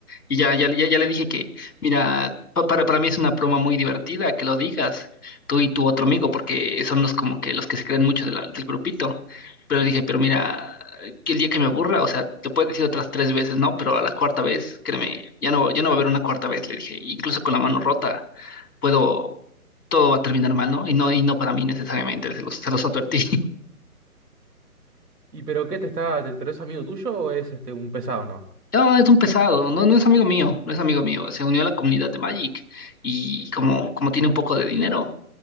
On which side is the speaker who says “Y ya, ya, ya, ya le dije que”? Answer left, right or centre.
Left